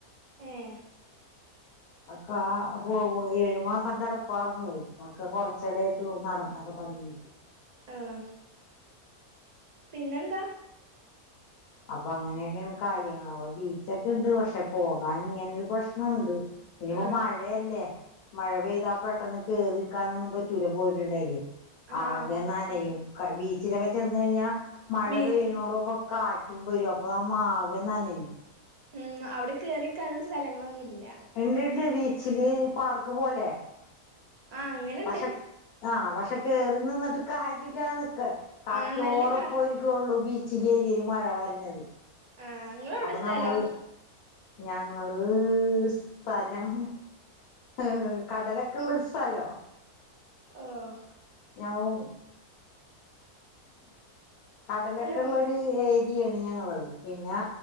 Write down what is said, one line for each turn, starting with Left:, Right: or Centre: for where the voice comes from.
Right: ഏഹ്
Left: അക്കെ അപ്പൊ ഏഴുമാസം കിടപ്പാർന്നു ഇപ്പക്കെ കുറച്ചടയായിട്ടുള്ളൂ നടന്നൊക്കെ തുടങ്ങിട്ട്
Right: ആഹ്‌ പിന്നെന്താ
Left: അപ്പൊ അങ്ങനെയൊക്കെയാണ് കാര്യങ്ങള അവ ബീച്ചൊക്കെ ഉണ്ട് പക്ഷെ പോകാൻ ഇങ്ങനെരു പ്രശ്നോണ്ട് ഇനിപ്പോ
Right: ആ
Left: മഴയല്ലേ മഴ പെയ്താൽ പെട്ടെന്ന് കേറിക്കാനൊന്നും പറ്റൂല പോയിട്ടുണ്ടായില്ലേ
Right: ആഹ്
Left: ആകെ നനയും ക്ക ബീച്ചിലൊക്കെ ചെന്ന് കഴിഞ്ഞാ മഴ
Right: ബീച്ച്
Left: പെയ്യുന്നോടൊപ്പം കാ റ്റും വരും അപ്പൊ മാകെ നനയും
Right: ഉം അവിടെ കയറിക്കാൻ സ്ഥലങ്ങളൊന്നുംല്ല
Left: എന്റട്ടിലെ ബീച്ചില് പാർക്ക് പോലെ
Right: ആഹ് അങ്ങനെണ്ട്
Left: പക്ഷെ ആഹ് പക്ഷെ കേറി നിന്നിട്ട് കാര്യല്ലന്നക്ക് കാറ്റോടപ്പയ്
Right: ആഹ് നല്ല കാ
Left: ക്കൊള്ളൂ ബീച്ചിന്റെ ഏരിയേല് മഴ വരണത്
Right: ആഹ് ഇങ്ങളെവിടെ
Left: അപ്പൊ
Right: സ്ഥലം
Left: നമ്മള് ഞങ്ങള് സ്ഥലം ഏഹ് കടലൊക്കെ ഉള്ളൊരു സ്ഥലോ
Right: ആഹ്
Left: ഞവൂ കടലൊക്കെ
Right: ഹലോ
Left: ഉള്ളൊരു ഏരിയയാണ് ഞങ്ങളത് പിന്നെ